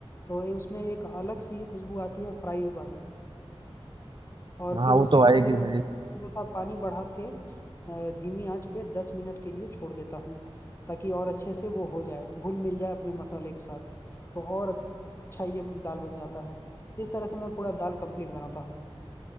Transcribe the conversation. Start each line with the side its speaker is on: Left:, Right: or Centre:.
Left: तो ये उसमें एक अलग सी खुशबू आती है फ्राई वाली और
Right: हाँ
Left: फिर
Right: वो
Left: उसके
Right: तो
Left: बाद
Right: आएगी
Left: अ,
Right: भाई
Left: थोड़ा सा पानी बढ़ा के अ, धीमी आंच पे दस मिनट के लिए छोड़ देता हूँ ताकि और अच्छे से वो हो जाए घुल मिल जाए अपने मसाले के साथ तो और अच्छा ये दाल बन जाता है इस तरह से मैं पूरा दाल कंप्लीट बनाता हूँ